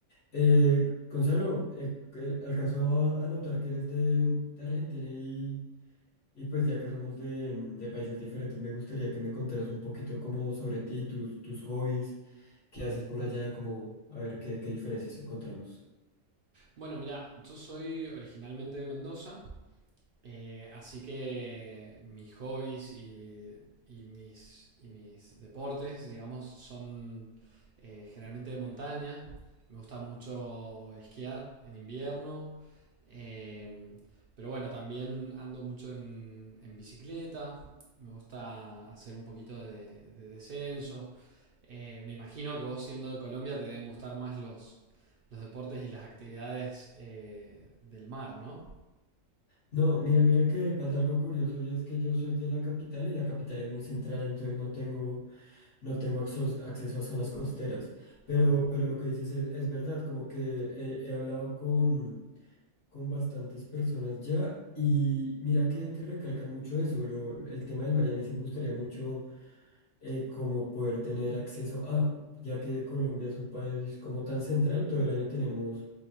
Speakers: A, on the left; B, on the right.
A: Eh, Gonzalo, eh, eh, alcanzó a, a notar que eres de, de Argentina y, y pues ya que somos de, mm, de países diferentes, me gustaría que me contaras un poquito como sobre ti, tus, tus hobbies, qué haces por allá, como a ver qué, qué diferencias encontramos.
B: Bueno, mira, yo soy originalmente de Mendoza, eh, así que mis hobbies y, y mis, y mis deportes, digamos, son eh, generalmente de montaña. Me gusta mucho esquiar en invierno, eh, pero bueno, también ando mucho en, en bicicleta, me gusta hacer un poquito de, de descenso. Eh, me imagino que vos siendo de Colombia te deben gustar más los los deportes y las actividades eh, del mar, ¿no?
A: No, mira, mira que pasa algo curioso y es que yo soy de la capital y la capital es muy central, entonces no tengo, no tengo acceso, acceso a zonas costeras. Pero,
B: Ah,
A: pero lo que dices es, es verdad, como que he, he hablado con, con bastantes personas ya y mira que, que recalcan mucho eso, lo- el tema del mar y a mí sí me gustaría mucho eh, como poder tener acceso a, ya que Colombia es un país como tan central, todo el año tenemos